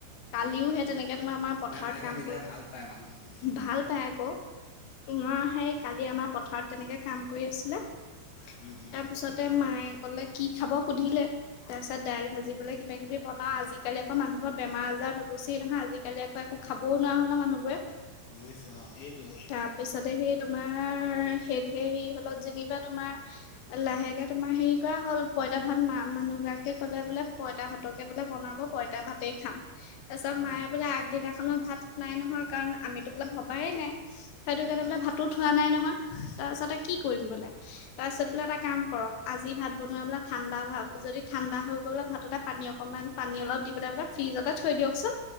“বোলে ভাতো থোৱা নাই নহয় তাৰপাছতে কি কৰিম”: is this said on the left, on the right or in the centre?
Left